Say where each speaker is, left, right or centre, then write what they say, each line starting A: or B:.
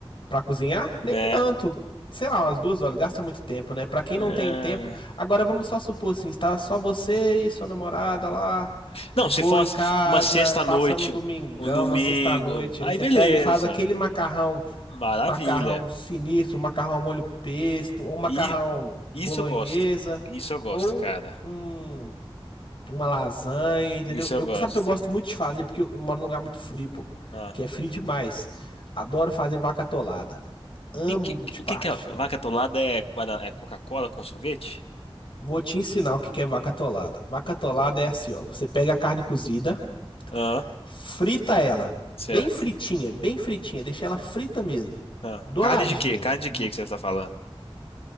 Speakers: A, on the left (about 60°); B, on the left (about 75°).
A: Pra cozinhar, nem
B: É.
A: tanto. Sei lá, umas duas horas, gasta muito tempo, né? Pra quem
B: É.
A: não tem tempo. Agora vamos só supor assim, está só você e sua namorada lá,
B: Não,
A: de
B: se
A: boa
B: for uma,
A: em casa,
B: uma sexta-noite,
A: passando um domingão,
B: um domingo,
A: uma sexta-noite.
B: aí
A: Aí você
B: beleza.
A: pega e faz aquele macarrão,
B: Maravilha.
A: macarrão sinistro, macarrão ao molho pesto, ou macarrão
B: E isso
A: bolonhesa,
B: eu gosto. Isso eu gosto,
A: ou
B: cara.
A: um uma lasanha, entendeu?
B: Isso eu
A: Eu,
B: gosto.
A: sabe que eu gosto muito de fazer, porque eu moro num lugar muito frio, pô.
B: Ah.
A: Que é frio demais. Adoro fazer vaca atolada. Amo
B: E que-
A: de
B: o
A: paixão.
B: que que a vaca atolada é, guarda- é Coca-Cola com sorvete?
A: Vou te ensinar o que que é vaca atolada. Vaca atolada é assim, ó. Você pega a carne cozida,
B: Ah,
A: frita ela.
B: certo.
A: Bem fritinha, bem fritinha. Deixa ela frita mesmo.
B: Ah.
A: Douradinha.
B: Carne de quê? Carne de
A: Hum,
B: quê que você está falando?